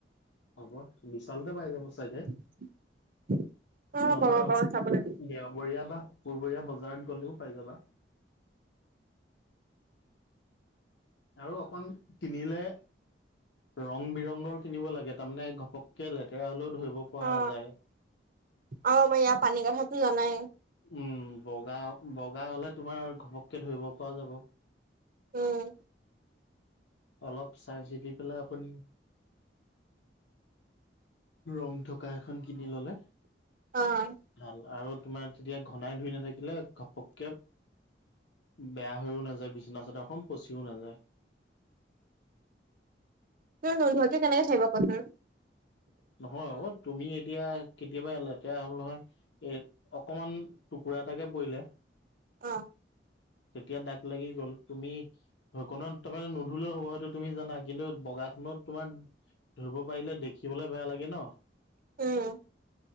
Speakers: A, on the left (about 80°); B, on the right (about 50°).
A: হ'ব। বিশালতে পায় যাব চাগে।
B: <inaudible>
A: নহ'বা,
B: পাব চাবলৈ
A: দেওঁবৰীয়া বা শুকুৰবৰীয়া বজাৰত গ'লেও পাই যাবা। আৰু অকন কিনিলে ৰং-বিৰঙৰ কিনিব লাগে, তাৰমানে ঘপককে লেতেৰা হ'লেও ধৰিব পৰা
B: অ,
A: নাযায়।
B: অ' মই ইয়াৰ পানী কথাতো জানাই।
A: উম! বগা-বগা হ'লে তোমাৰ ঘপককে ধৰিব পৰা যাব।
B: উম!
A: অলপ চাই চিতি পেলাই এখন ৰং থকা এখন কিনি ল'লে
B: অ
A: ভাল আৰু তোমাৰ তেতিয়া ঘনাই ধুই নাথাকিলে ঘপককে বেয়া হৈয়ো নাযায় বিছনা চাদৰখন, পচিও নাযায়।
B: তই নোধোৱাকে কেনেকে থাকিব পাৰ কচোন?
A: নহয় অ, তুমি এতিয়া কেতিয়াবা লেতেৰা হ'ল নহয় এই অকমান টুকুৰা এটাকে পৰিলে
B: অ!
A: তেতিয়া দাগ লাগি গ'ল তুমি হৈ কণত তোমাৰ নুধুলেও হ'ব সেইটো তুমি জানা, কিন্তু বগাখনত তোমাৰ ধৰিব পাৰিলে দেখিবলে বেয়া লাগে ন।
B: উম!